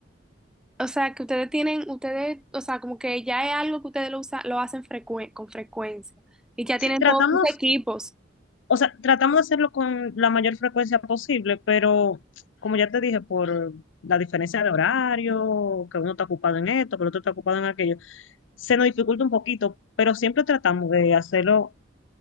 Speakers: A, in the centre; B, on the left.
A: O sea, que ustedes tienen, ustedes, o sea, como que ya es algo que ustedes lo usan, lo hacen frecue- con frecuencia. Y ya
B: Sí,
A: tienen
B: tratamos,
A: todos sus equipos.
B: o sea, tratamos de hacerlo con la mayor frecuencia posible, pero como ya te dije, por la diferencia de horario, que uno está ocupado en esto, que el otro está ocupado en aquello, se nos dificulta un poquito, pero siempre tratamos de hacerlo